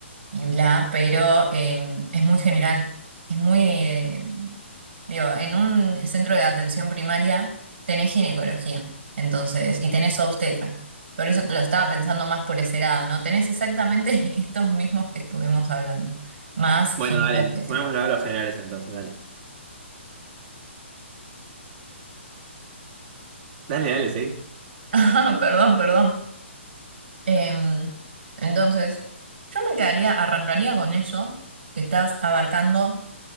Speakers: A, on the right (about 65°); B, on the right (about 40°).
A: y bla, pero eh, es muy general. Es muy, eh, digo, en un centro de atención primaria tenés ginecología, entonces, y tenés obstetra. Por eso te lo estaba pensando más por ese lado, ¿no? Tenés exactamente <laughs> estos mismos que estuvimos hablando, más
B: Bueno,
A: gineco-obstetra.
B: dale, sumémoslo a los generales entonces, dale. Dale, dale, sí.
A: <laughs> Perdón, perdón. Em, entonces, yo me quedaría, arrancaría con eso que estás abarcando